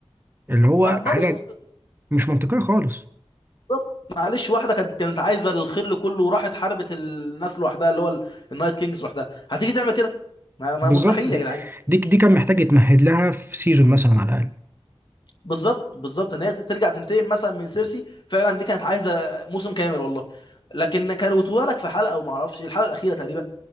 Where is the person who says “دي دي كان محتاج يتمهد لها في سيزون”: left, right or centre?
Right